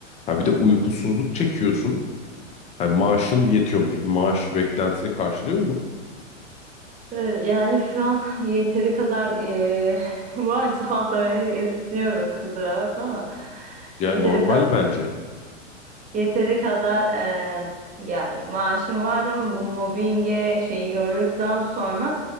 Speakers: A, on the left; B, on the right.
A: Ha bir de uykusuzluk çekiyorsun. Ha maaşın yetiyor mu peki? Maaş beklentini karşılıyor mu?
B: Evet, Yani şu an yeteri kadar eee <laughs> maalesef hatta ben esniyorum kusura bakma ama
A: Ya
B: yeteri
A: normal
B: kadar
A: bence.
B: Yeteri kadar eee ya maaşım vardı ama bu mobbinge şeyi gördükten sonra